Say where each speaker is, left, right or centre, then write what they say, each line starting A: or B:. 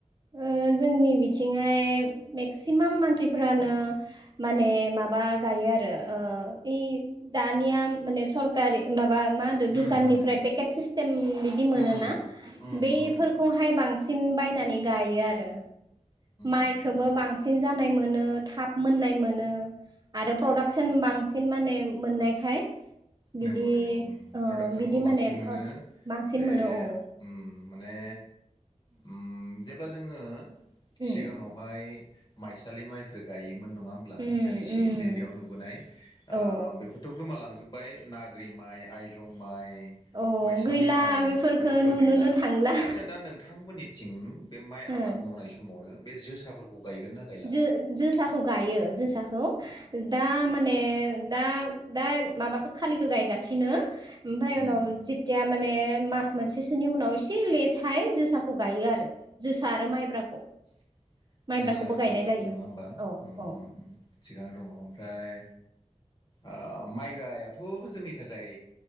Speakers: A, on the right; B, on the left.
A: ओ जोंनि बिथिंहाय मेक्सिमाम मानसिफोरानो माने माबा गायो। आरो ओ यै दानिया माने सरकारि माबा। मा होनो दुखाननिफ्राय
B: उम उम
A: पेकेट सिस्टेम बिदि मोनोना
B: उम उम
A: बबफोरखौहाय
B: उम उम
A: बांसिन। बांसिन बायनानै गायो आरो माइखौबो
B: उम उम
A: बांसिन जानाय मोनो। थाब मोननाय मोनो आरो प्रडाक्सन बांसिन माने मोननायखाय। बिदि
B: नंगौ नंगौ
A: ओ
B: प्रडाक्सनखौ
A: बिदि
B: बांसिन
A: माने
B: मोनो
A: ओ बांसिन
B: बे
A: मोनो औ
B: उम माने उम जेब्ला जोङो
A: उम
B: सिगाङावहाय माइसालि माइफोर गायोमोन। मोन नङा होमब्ला
A: उम
B: जों इसे
A: उम
B: उन्दै उन्दैयाव नुबोनाय ओ
A: औ
B: बेफोरथ' गोमालांजोब्बाय। नाग्रि माइ, आइजं माइ,
A: औ
B: माइसालि
A: गैला
B: माइ
A: बेफोरखो
B: बेफोरथ'
A: नुनोनो
B: गैला
A: थांला
B: आचसा दा नोंथांमोननिथिं बे माइ आबाद
A: ओ
B: मावनाय समावनो बे जोसाफोरखौ। गायगोन ना गायला
A: जो-जोसाखौ गायो जोसाखौ दा माने दा दा माबाखौ खालिखौ गायगासिनो ओमफ्राय
B: उम
A: उनाव जेथिया। माने मास मोनसेसोनि उनाव एसे लेटहाय जोसाखौ गायो आरो जोसा आरो माइब्राखौ।
B: <inaudible>
A: माइब्राखौबो
B: जोसा आरो
A: गायनाय
B: माइब्राखौ
A: जायो
B: नङा होमबा
A: औ
B: उम
A: औ
B: थिगानो दङ ओमफ्राय। ओ माइब्रायाथ' जोंनि थाखाय